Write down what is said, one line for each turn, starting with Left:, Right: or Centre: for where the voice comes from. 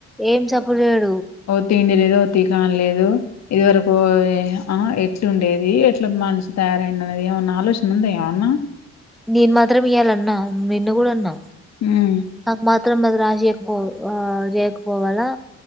Centre: ఏం చెప్పదు
Left: ఓ తిండి లేదు ఓ తీకాన్ లేదు ఇది వరకు ఆ ఎట్లు ఉండేది ఎట్లా మనిషి తయారై అనేది ఏమన్నా ఆలోచన ఉంద ఏమన్నా
Centre: నేను మాత్రం ఇయ్యాల అన్నా నిన్ను కూడా అన్నా
Left: ఉమ్,
Centre: నాకు మాత్రం అది రాసియకపోదు ఆ చేయకపోవాలా